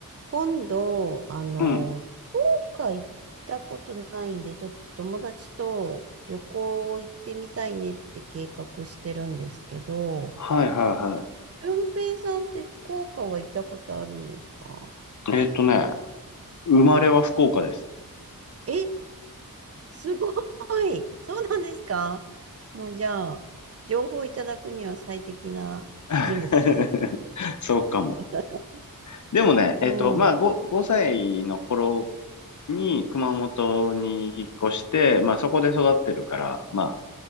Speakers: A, on the right; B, on the left.
A: 今度、あの、
B: うん。
A: 福岡行ったことないんで、ちょっと友達と旅行行ってみたいねって計画してるんですけど、
B: はいはいは
A: 俊平さんって福岡は行ったことあるんですか
B: い。えーっとね、生まれは福岡です。
A: え、すごい。<laughs> そうなんですかもうじゃあ、情報いただくには最適な人物です。
B: <laughs> そうかも。
A: <laughs>
B: でもね、
A: う
B: えっと、まあ、5、
A: ん。
B: 5歳の頃に熊本に引っ越して、まあ、そこで育ってるから、まあ、